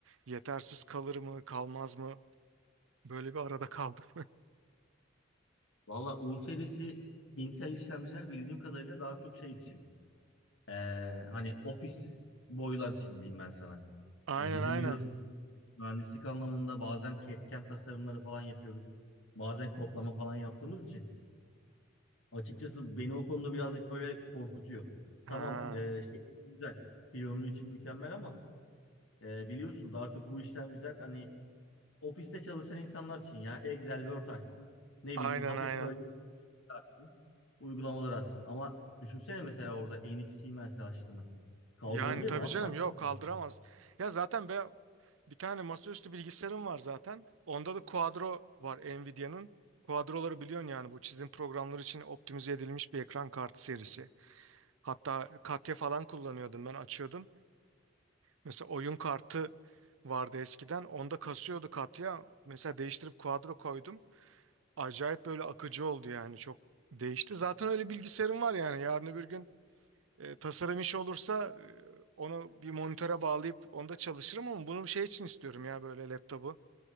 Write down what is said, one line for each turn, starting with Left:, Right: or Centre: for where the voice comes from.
Right: yetersiz kalır mı, kalmaz mı? Böyle bir arada kaldım.
Left: Valla U serisi Intel işlemciler bildiğim kadarıyla daha çok şey için. Ee, hani ofis boylar için diyeyim ben sana.
Right: <laughs> Aynen
Left: Hani bizim
Right: aynen.
Left: biliyorsun mühendislik anlamında bazen CAD/CAM tasarımları falan yapıyoruz. Bazen kodlama falan yaptığımız için. Açıkçası beni o konuda birazcık böyle korkutuyor.
Right: Ha,
Left: Tamam ee, şey için güzel. Piyonlu için mükemmel ama ee, biliyorsun daha çok bu işlemciler hani Ofiste çalışan insanlar için ya Excel, Word açsın. Ne
Right: aynen
Left: bileyim hafif
Right: aynen.
Left: böyle açsın. uygulamalar açsın. Ama düşünsene mesela orada Enix Siemens açtığını. Kaldırabilir
Right: Yani tabii
Left: mi? Asla
Right: canım yok kaldıramaz.
Left: kaldıramaz.
Right: Ya zaten ben bir tane masaüstü bilgisayarım var zaten. Onda da Quadro var Nvidia'nın. Quadro'ları biliyorsun yani bu çizim programları için optimize edilmiş bir ekran kartı serisi. Hatta Katya falan kullanıyordum ben açıyordum. Mesela oyun kartı vardı eskiden. Onda kasıyordu katya. Mesela değiştirip quadro koydum. Acayip böyle akıcı oldu yani. Çok değişti. Zaten öyle bilgisayarım var yani. Yarın öbür gün e, tasarım işi olursa e, onu bir monitöre bağlayıp onda çalışırım ama bunu şey için istiyorum ya böyle laptopu.